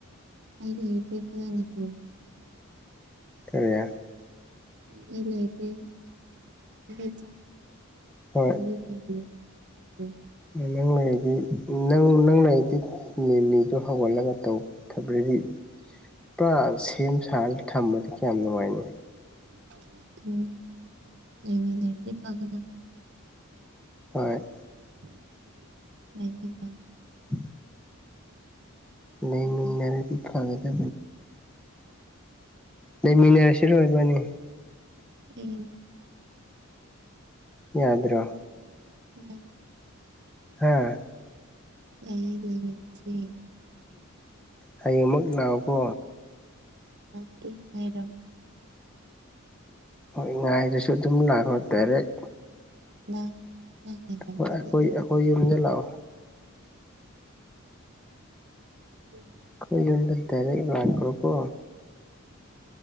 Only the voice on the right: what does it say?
<inaudible>
<inaudible> <inaudible>
<inaudible>
<inaudible>
ꯎꯄꯥꯏ
ꯎꯝ
ꯎꯝ
ꯌꯥꯏ ꯂꯩꯃꯤꯅꯁꯦ
ꯂꯥꯛ ꯀꯦ ꯉꯥꯏꯔ꯭ꯝꯃꯣ
ꯅꯪ ꯅꯪ ꯉꯥꯏꯔꯝꯗ꯭ꯔꯗꯤ
ꯑꯩꯗꯤ
ꯎꯝ